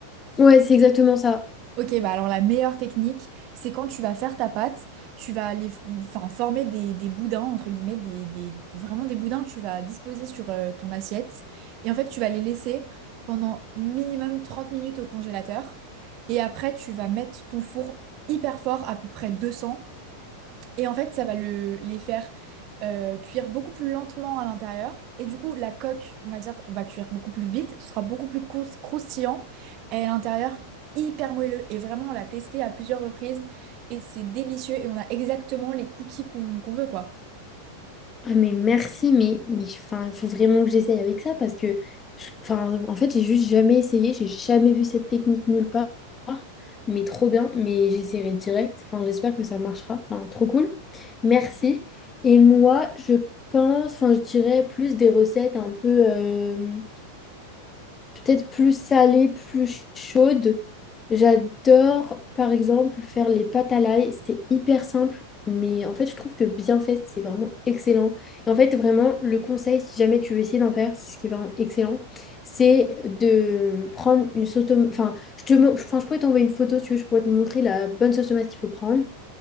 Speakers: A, on the left; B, on the right.
A: Ouais, c'est exactement ça.
B: Ok, bah alors la meilleure technique, c'est quand tu vas faire ta pâte, tu vas aller f- enfin, former des, des boudins, entre guillemets, des, des- des- vraiment des boudins que tu vas disposer sur euh, ton assiette. Et en fait, tu vas les laisser pendant minimum 30 minutes au congélateur. Et après, tu vas mettre ton four hyper fort, à peu près 200. Et en fait, ça va le- les faire euh, cuire beaucoup plus lentement à l'intérieur. Et du coup, la coque, on va dire, va cuire beaucoup plus vite, ce sera beaucoup plus crous- croustillant. Et à l'intérieur, hyper moelleux. Et vraiment, on l'a testé à plusieurs reprises. Et c'est délicieux. Et on a exactement les cookies qu'on qu'on veut, quoi.
A: Ah, mais merci, mais, mais enfin, il faut vraiment que j'essaye avec ça parce que, je- enfin, en fait, j'ai juste jamais essayé. J'ai jamais vu cette technique nulle part. Mais trop bien. Mais j'essaierai direct. Enfin, j'espère que ça marchera. Enfin, trop cool. Merci. Et moi, je pense, enfin, je dirais plus des recettes un peu. euh, peut-être plus salée, plus chaude. J'adore, par exemple, faire les pâtes à l'ail. C'est hyper simple, mais en fait, je trouve que bien fait, c'est vraiment excellent. Et en fait, vraiment, le conseil, si jamais tu veux essayer d'en faire, c'est ce qui est vraiment excellent, c'est de prendre une sauce tomate. Enfin, je te... mo- enfin, je pourrais t'envoyer une photo, si tu veux, je pourrais te montrer la bonne sauce tomate qu'il faut prendre.